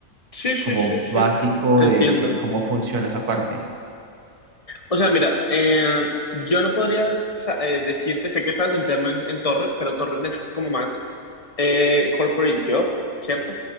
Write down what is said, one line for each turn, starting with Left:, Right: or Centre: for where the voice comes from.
Left: Sí, sí,
Right: como
Left: sí, sí.
Right: básico
Left: Te
Right: de,
Left: entiendo.
Right: de cómo funciona esa parte.
Left: O sea, mira, eh, yo no podría sa- eh, decirte, sé que estás interno en, en Torre, pero Torre es como más eh, corporate job, ¿cierto?